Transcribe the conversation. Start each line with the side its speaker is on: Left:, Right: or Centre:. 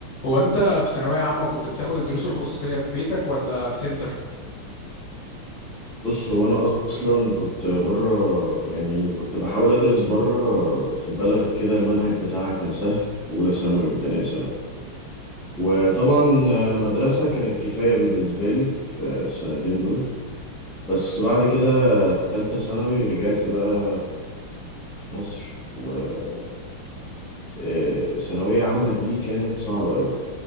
Left: هو انت في ثانوية عامة كنت بتاخد الدروس الخصوصية في بيتك ولا في سنتر؟
Centre: بص هو انا اصلا كنت بره يعني كنت بحاول ادرس بره في بلد كده المنهج بتاعها كان سهل في اولى ثانوي وتانية ثانوي وطبعا مدرسة كانت كفاية بالنسبة لي في السنتين دول بس بعد كده تالتة ثانوي رجعت بقى مصر وكانت آه، ثانوية عامة دي كانت صعبة قوي